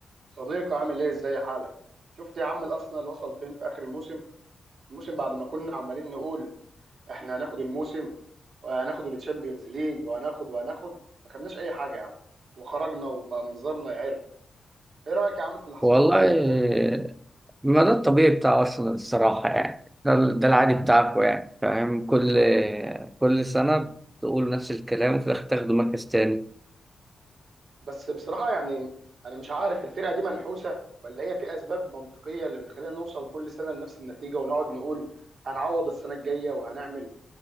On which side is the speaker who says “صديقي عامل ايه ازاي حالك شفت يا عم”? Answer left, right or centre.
Right